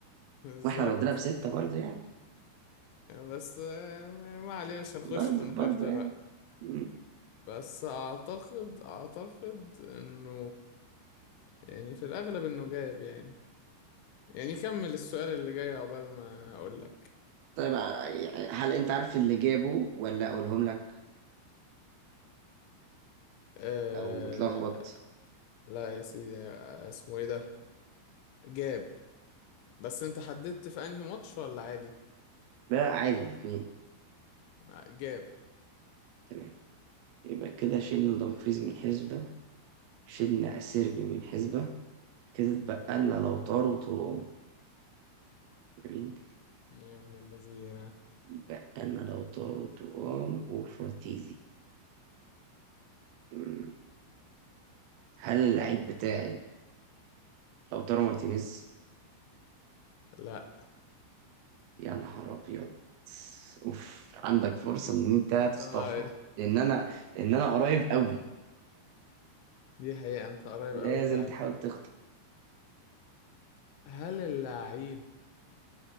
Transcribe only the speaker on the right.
واحنا ردينا بستة برضه يعني
برضه
برضه
يعني
مم.
طيب ع- يعني هل انت عارف اللي جابه ولا اقولهم لك
لو متلخبط
ده عادي الاتنين
تمام يبقى كده شلنا دمفريز من حسبة شلنا أسيربي من حسبة كده اتبقى لنا لوتارو وترام جميل
اتبقى لنا لوتارو وترام وفراتيزي مم. هل اللعيب بتاعي لوتارو مارتينيز
يا نهار ابيض اوف عندك فرصه ان انت تصطفها
لان انا لان انا قريب قوي
لازم
تحاول تخطف